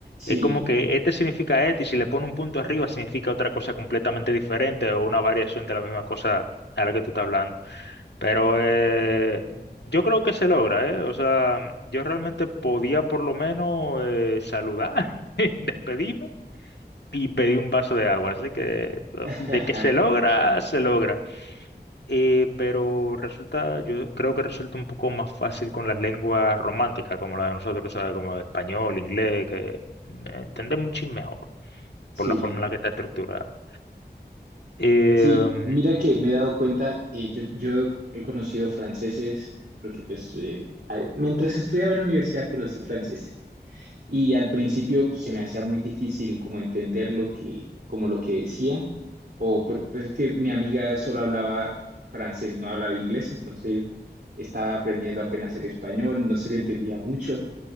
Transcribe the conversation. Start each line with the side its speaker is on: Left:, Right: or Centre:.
Right: Sí,
Left: Es como que este significa este y si le pone un punto arriba significa otra cosa completamente diferente o una variación de la misma cosa a la que tú estás hablando. Pero eh, yo creo que se logra, ¿eh? O sea, yo realmente podía por lo menos eh, saludar, <laughs> despedirme y pedir un vaso de agua. Así que eh,
Right: <laughs>
Left: de que se logra, se logra. Eh, pero resulta, yo creo que resulta un poco más fácil con las lenguas románticas, como la de nosotros, ¿sabes? Como español, inglés, que eh, entendemos un chin mejor
Right: sí,
Left: por la forma en la que está estructurada. Eh,
Right: sí. Mira que me he dado cuenta, eh, yo, yo he conocido franceses, porque pues eh, a- mientras estudiaba en la universidad conocí franceses y al principio pues, se me hacía muy difícil como entender lo que, como lo que decía, o por- pues es que mi amiga solo hablaba francés, no hablaba inglés, entonces estaba aprendiendo apenas el español, no se le entendía mucho.